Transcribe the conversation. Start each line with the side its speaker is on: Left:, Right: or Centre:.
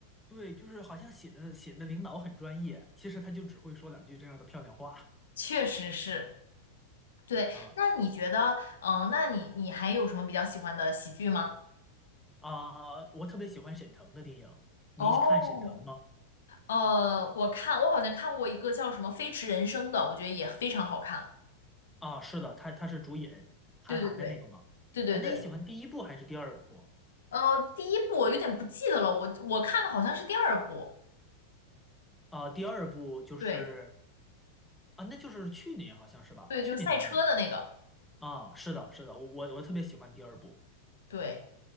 Centre: 对，就是好像显得显得领导很专业，其实他就只会说两句这样的漂亮话
Left: 确实是，对。
Centre: 啊。
Left: 那你觉得，嗯、那你你还有什么比较喜欢的喜剧吗？
Centre: 啊、我特别喜欢沈腾的电影，你看沈腾吗？
Left: 哦，呃，我看我好像看过一个叫什么《飞驰人生》的，我觉得也非常好看。
Centre: 啊，是的，他他是主演韩寒的那个吗？
Left: 对对对对对对，
Centre: 啊，那你喜欢第一部还是第二部？
Left: 嗯、呃第一部我有点不记得了，我我看的好像是第二部。
Centre: 啊，第二部就是
Left: 对。
Centre: 啊，那就是去年好像是吧？
Left: 对，
Centre: 去年的电影
Left: 就是赛车的那个，
Centre: 啊，是的，是的，我我我特别喜欢第二部
Left: 对。